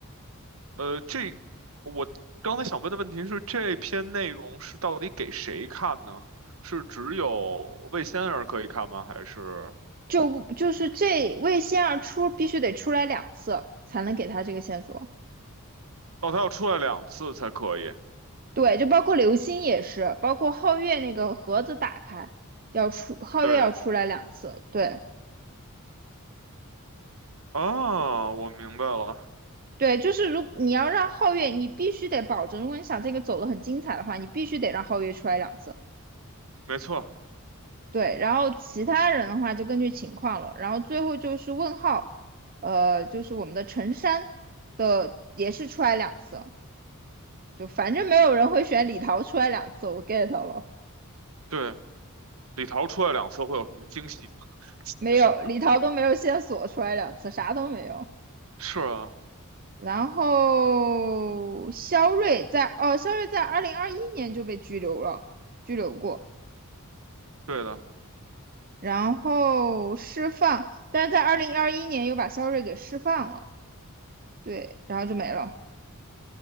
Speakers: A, on the right (about 65°); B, on the right (about 40°).
A: 呃，这我刚才想问的问题是，这篇内容是到底给谁看呢？是只有魏仙儿可以看吗？还是
B: 就就是这魏仙儿出必须得出来两次才能给他这个线索。
A: 哦，他要出来两次才可以？
B: 对，就包括流星也是，包括皓月那个盒子打开要出，皓月要出来两次。
A: 对。
B: 对
A: 啊，我明白了。
B: 对，就是如你要让皓月，你必须得保证，如果你想这个走得很精彩的话，你必须得让皓月出来两次。
A: 没错，
B: 对，然后其他人的话就根据情况了。然后最后就是问号，呃，就是我们的陈山的也是出来两次。就反正没有人会选李桃出来两次，我 get 了，
A: 对，李桃出来两次会有什么惊喜吗 <laughs>
B: 没有李桃都没有线索出来两次，
A: 是
B: 啥都没有。
A: 是啊，
B: 然后肖瑞在哦，肖瑞在二零二一年就被拘留了，拘留过，
A: 对的，
B: 然后释放，但是在二零二一年又把肖瑞给释放了，对，然后就没了，